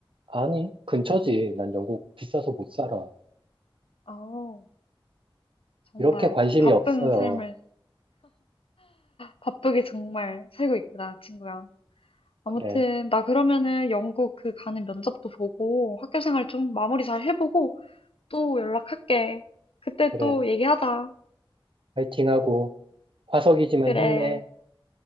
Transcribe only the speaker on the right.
아니, 근처지. 난 영국 비싸서 못 살아.
이렇게 관심이
없어요.
그래,
그래.
파이팅하고, 화석이지만
힘내.